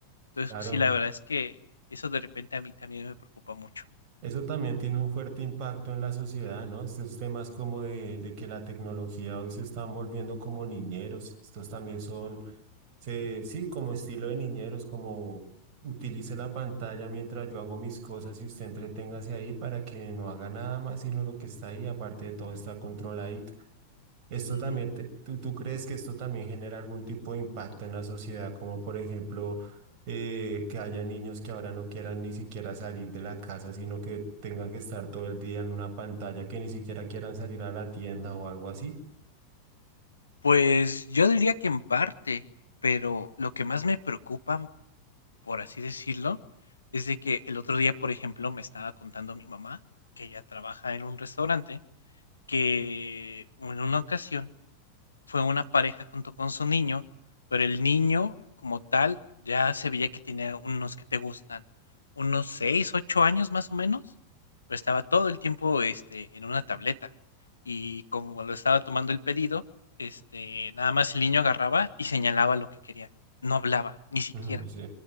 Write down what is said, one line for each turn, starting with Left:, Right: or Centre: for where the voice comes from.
Left: Entonces,
Right: Claro,
Left: pues sí, la verdad es que eso de repente a mí también me preocupa mucho.
Right: eso también tiene un fuerte impacto en la sociedad, ¿no? Estos temas como de, de que la tecnología hoy se están volviendo como niñeros, estos también son Se, sí, como estilo de niñeros, como utilice la pantalla mientras yo hago mis cosas y usted entreténgase ahí para que no haga nada más sino lo que está ahí, aparte de todo está controladito. Esto
Left: Ujú.
Right: también, te- tú, tú crees que esto también genera algún tipo de impacto en la sociedad, como por ejemplo eh, que haya niños que ahora no quieran ni siquiera salir de la casa, sino que tengan que estar todo el día en una pantalla, que ni siquiera quieran salir a la tienda o algo así?
Left: Pues yo diría que en parte, pero lo que más me preocupa por así decirlo, es de que el otro día, por ejemplo, me estaba contando mi mamá, que ella trabaja en un restaurante, que en una ocasión fue una pareja junto con su niño, pero el niño como tal ya se veía que tenía unos que te gustan, unos 6 8 años más o menos, pero estaba todo el tiempo, este, en una tableta. Y como lo estaba tomando el pedido, este, nada más el niño agarraba y señalaba lo que quería. No hablaba, ni siquiera.
Right: No, sí,